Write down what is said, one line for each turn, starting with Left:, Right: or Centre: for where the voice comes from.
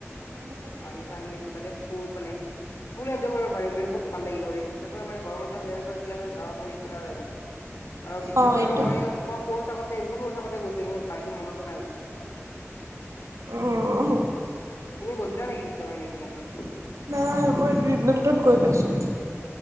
Right: মানুহ কম
Left: পানী
Right: থাকিব
Left: চানি
Right: তেতিয়া
Left: আছে তে ফুল বানে ফুল এন্জয় কৰিব পাৰিম ৰে। বহুত ভাল লাগিবৰে এনেক মানে গৰমৰ দিনত এনে <unintelligible> ইচ্ছা যায় গম পাওঁ আৰু বিশ্বাস
Right: অ
Left: কৰিবা
Right: এইটো
Left: মই, মই সৰু থাকোতে বহুত সৰু থাকোঁতেই গৈছিলোঁ মোৰ ভালকে মনতো নাই বিশ্বাস কৰা।
Right: উম,
Left: তুমি গৈছিলা নেকি কেতিয়াবা এনেই একলেণ্ডত
Right: নাই মই ড্ৰিমলেণ্ডত গৈ পাইছো।